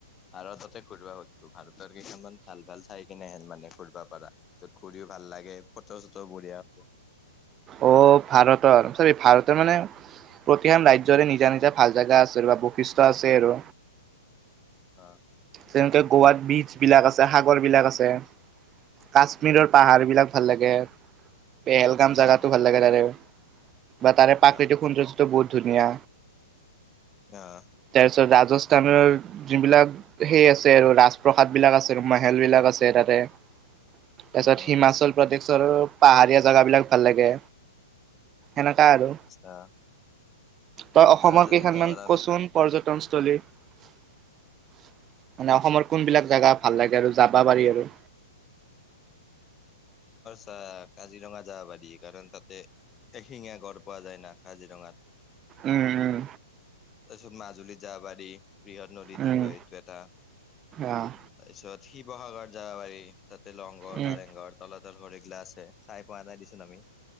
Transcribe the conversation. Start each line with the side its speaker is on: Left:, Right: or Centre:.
Left: ভাৰততে ঘুৰিব খুজছো ভাৰতৰ কইটামান ভাল ভাল ঠাই কিনেহেন মানে ফুৰিব পাৰা, য'ত ঘুৰিও ভাল লাগে ফটো চোটো বঢ়িয়া হ'ব।
Right: অ ভাৰতৰ চাৰি, ভাৰতৰ মানে প্ৰতিখন ৰাজ্যৰে নিজা নিজা ভাল জেগা আছে আৰু বা বৈশিষ্ট্য় আছে আৰু।
Left: অ
Right: তেনেকে গোৱাত বীজবিলাক আছে, সাগৰবিলাক আছে, কাশ্মীৰৰ পাহাৰ বিলাক ভাল লাগে, পেহেলগাম
Left: উম
Right: জোগাতটো
Left: উম
Right: ভাল লাগে তাৰে, বা তাৰে
Left: অ
Right: প্ৰাকৃতিক সৌন্দৰ্যটো বহুত ধুনীয়া।
Left: আহ',
Right: তাৰপিছত ৰাজস্থানৰ যিবিলাক সেই আছে আৰু ৰাজপ্ৰসাদ বিলাক আছে মাহেল বিলাক আছে তাতে, তাৰ পিছত
Left: উম উম
Right: হিমাচল প্ৰদেশৰ পাহাৰীয়া জেগা বিলাক ভাল লাগে। এনেকুয়া আৰু।
Left: আচ্ছা
Right: তই অসমৰ
Left: আৰু যদি
Right: কেইখনমান
Left: ধৰ আমি
Right: কচোন পৰ্যটনস্থলী। মানে অসমৰ কোনবিলাক জেগা
Left: অসমৰ
Right: ভাল লাগে আৰু যাবা পাৰি আৰু।
Left: এ কাজিৰঙা যাব পাৰি, কাৰণ তাতে এশিঙীয়া গঁড় পোৱা যায় না কাজিৰঙাত।
Right: উম
Left: তাৰপিত মাজুলী যাবাৰী বৃহৎ নদী
Right: উম
Left: দ্বীপ
Right: উম
Left: এইটো এটা
Right: আহ
Left: তাৰপিছত, শিৱসাগৰত যাব পাৰি তাতে লগ
Right: উম
Left: কাৰেংঘৰ তলা তল ঘৰ এইগিলা আছে চাই পোৱা নাই দিছোন আমি।